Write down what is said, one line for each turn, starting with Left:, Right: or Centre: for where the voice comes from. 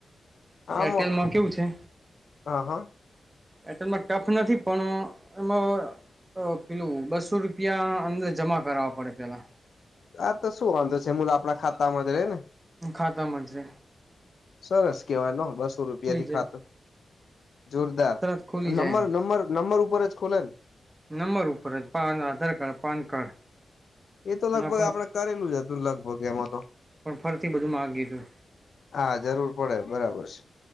Left: આમ
Right: એટેલમાં કેવું છે?
Left: હા હા
Right: એટેલમાં ટફ નથી પણ એમાં પેલું બસો રૂપિયા અંદર જમા કરવા પડે પેલા.
Left: આ તો શું વાંધો છે હમ આપણા ખાતામાં જ રે ને
Right: ખાતા મજે
Left: સરસ વાય બસો રૂપિયાથી
Right: જાય
Left: ખાતું જોરદાર
Right: તરત ખુલી
Left: નંબર
Right: જાય એમ
Left: નંબર નંબરર ઉપ જ ખોલન
Right: નંબર ઉપર જ PAN Aadhaar card PAN card
Left: એ તો
Right: અને
Left: લગભગ
Right: આપણે
Left: આપડે કરેલું જ હતું લગભગ એમાં તો
Right: પણ ફરીથી બધું માગયુ હતું
Left: હા જરૂર પડે બરાબર છે